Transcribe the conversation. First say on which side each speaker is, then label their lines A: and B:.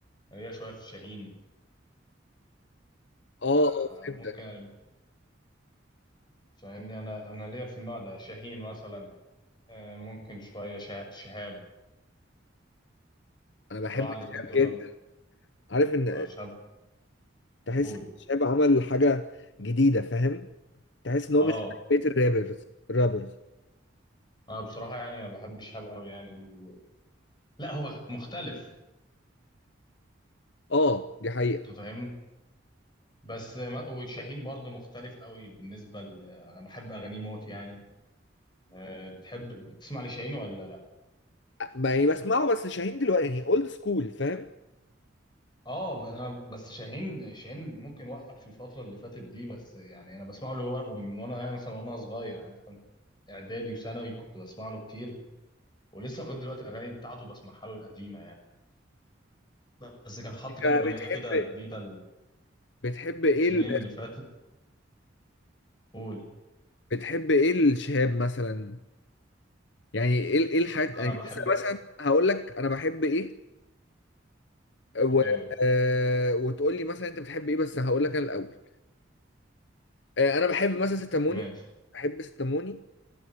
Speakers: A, on the left; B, on the left.
A: هي شويه في شاهين
B: اه اه
A: آه
B: فهمتك
A: ممكن فاهمني انا انا ليا في النوع ده شاهين مثلا آه، ممكن شويه شا- شهاب
B: انا بحب
A: بصراحه
B: الشاب
A: الاتنين دول
B: جدا
A: انا ب-
B: عارف ان
A: آه، شهاب
B: تحس
A: قول
B: إن الشاب عمل حاجه جديده فاهم تحس ان هو
A: اه
B: مش بقية الرابرز الرابرز
A: اه بصراحه يعني انا بحب شهاب قوي يعني و... لا هو مختلف
B: اه دي حقيقه
A: انت فاهمني بس ما... وشاهين برضه مختلف قوي بالنسبه ل... انا بحب اغانيه موت يعني آه، بتحب تسمع لشاهين ولا لا
B: ما يعني بسمعه بس شاهين دلوقتي يعني اولد سكول فاهم
A: اه ب... انا بس شاهين شاهين ممكن وقف في الفتره اللي فاتت دي بس يعني انا بسمعه له هو- من وانا يعني مثلا وانا صغير يعني مثلا اعدادي وثانوي كنت بسمع له كتير ولسه لغايه دلوقتي الاغاني بتاعته بسمعها له القديمه يعني بس كان حط
B: انت
A: كام اغنيه
B: بتحب
A: كده جديده
B: بتحب ايه
A: السنين
B: ال...
A: اللي فاتت قول
B: بتحب ايه الشهاب مثلا يعني ايه ايه الحاجات
A: انا
B: يعني
A: بحب
B: لسه مثلا هقول لك انا بحب ايه و...
A: اوكي
B: آه، وتقول لي مثلا انت بتحب ايه بس هقول لك انا الاول آه، انا بحب مثلا ستاموني
A: ماشي
B: بحب ستاموني